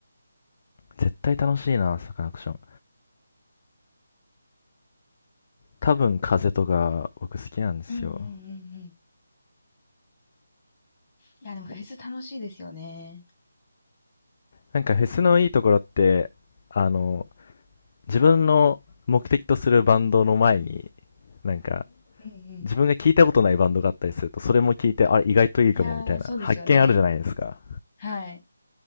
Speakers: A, on the left; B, on the left.
A: 絶対楽しいな、サカナクション。多分風とか、僕好きなんですよ。
B: うんうんうんうん。いや、でもフェス楽しいですよね。
A: なんかフェスのいいところって、あの、自分の目的とするバンドの前に、なんか、
B: うんうん。
A: 自分が聞いたことないバンドがあったりすると、それも聞いて、あれ意外といいかも、
B: いやー、
A: みたいな、
B: そうですよね。
A: 発見あるじゃないですか。
B: はい。